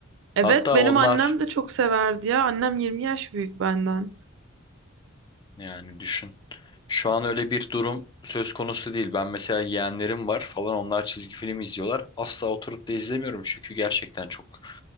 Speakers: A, on the right; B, on the left.
A: Evet
B: Hatta
A: benim
B: onlar
A: annem de çok severdi ya. Annem 20 yaş büyük benden.
B: Yani düşün. Şu an öyle bir durum söz konusu değil. Ben mesela yeğenlerim var falan onlar çizgi film izliyorlar. Asla oturup da izlemiyorum çünkü gerçekten çok